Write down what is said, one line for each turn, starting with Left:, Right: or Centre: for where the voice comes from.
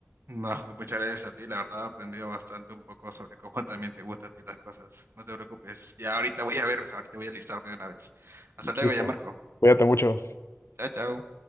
Right: No, <laughs> que muchas gracias a ti, la verdad he aprendido bastante un poco sobre cómo también te gustan a ti las cosas. No te preocupes, ya ahorita voy a ver, ahorita voy a listarme de una vez. Hasta luego
Left: Listo.
Right: ya, Marco.
Left: Cuídate mucho.
Right: Chao, chao.